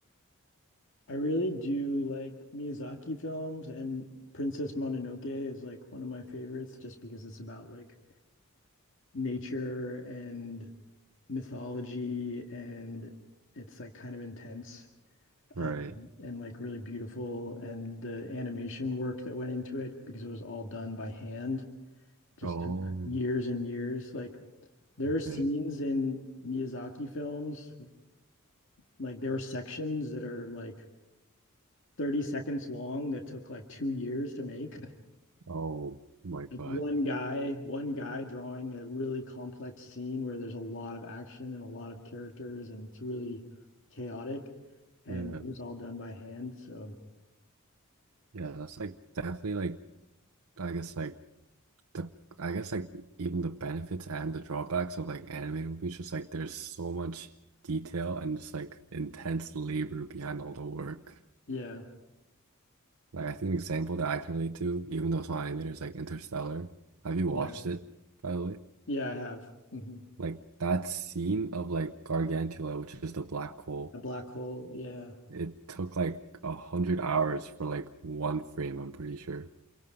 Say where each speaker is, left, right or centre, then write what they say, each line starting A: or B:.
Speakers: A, on the left; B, on the right.
A: I really do like Miyazaki films and Princess Mononoke is like one of my favorites just because it's about like nature and mythology and it's like kind of intense
B: Right.
A: um, and like really beautiful and the animation work that went into it because it was all done by hand just
B: Oh,
A: took years and years like there
B: okay.
A: are scenes in Miyazaki films like there are sections that are like 30 seconds long that took like two years to make
B: Oh my
A: like
B: God.
A: one guy, one guy drawing a really complex scene where there's a lot of action and a lot of characters and it's really chaotic and
B: Yeah.
A: it was all done by hand. So
B: Yeah, that's like definitely like I guess like the I guess like even the benefits and the drawbacks of like animated movies, just like there's so much detail and just like intense labor behind all the work.
A: yeah,
B: Like I think an example that I can relate to, even though it's not animated, is like Interstellar. Have you watched
A: yeah,
B: it, by the way?
A: yeah, I have. Mhm.
B: Like that scene of like Gargantula, which is the black hole,
A: The black hole. Yeah.
B: it took like a hundred hours for like one frame, I'm pretty sure.